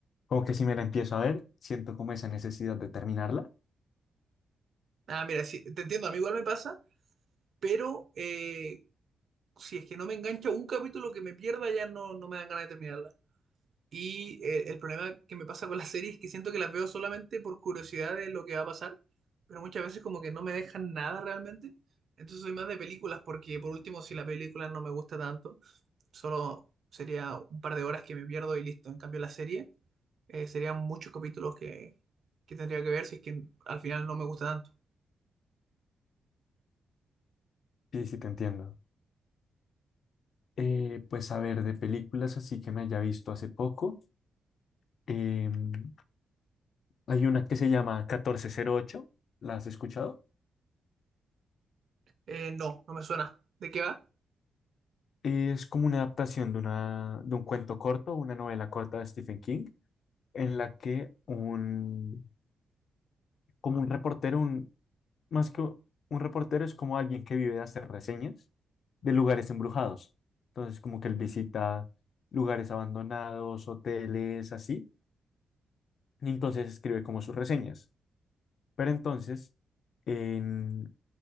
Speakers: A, on the left; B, on the right.
A: Como que si me la empiezo a ver, siento como esa necesidad de terminarla.
B: Ah, mira, sí, te entiendo, a mí igual me pasa, pero eh, si es que no me engancha un capítulo que me pierda, ya no, no me dan ganas de terminarla. Y eh, el problema que me pasa con las series es que siento que las veo solamente por curiosidad de lo que va a pasar, pero muchas veces como que no me dejan nada realmente. Entonces soy más de películas porque por último si la película no me gusta tanto, solo sería un par de horas que me pierdo y listo. En cambio la serie eh, serían muchos capítulos que, que tendría que ver si es que al final no me gusta tanto.
A: Sí, sí, te entiendo. Eh, pues a ver, de películas así que me haya visto hace poco. em, Hay una que se llama catorce cero ocho ¿la has escuchado?
B: Eh, no, no me suena. ¿De qué va?
A: Es como una adaptación de, una, de un cuento corto, una novela corta de Stephen King, en la que un, como un reportero, un, más que un un reportero es como alguien que vive de hacer reseñas de lugares embrujados. Entonces, como que él visita lugares abandonados, hoteles, así, y entonces escribe como sus reseñas. Pero entonces, en